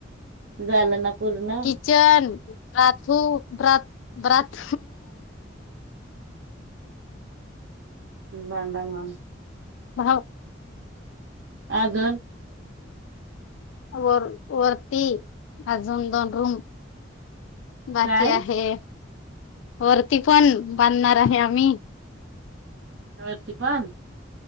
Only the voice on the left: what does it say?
किचन बाथरूम ब्रत ब्रत
हा
वर वरती अजून दोन रूम बाकी
आहे वरती पण बांधणार आहे आम्ही